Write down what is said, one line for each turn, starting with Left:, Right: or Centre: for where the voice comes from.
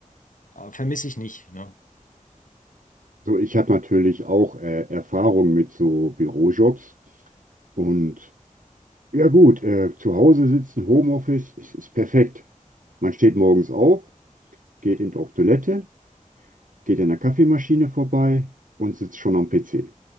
Left: äh, vermisse ich nicht, ne?
Right: So, ich habe natürlich auch äh, Erfahrung mit so Bürojobs und ja gut, äh, zu Hause sitzen, Homeoffice, es ist perfekt. Man steht morgens auf, geht eben auf Toilette, geht an der Kaffeemaschine vorbei und sitzt schon am PC.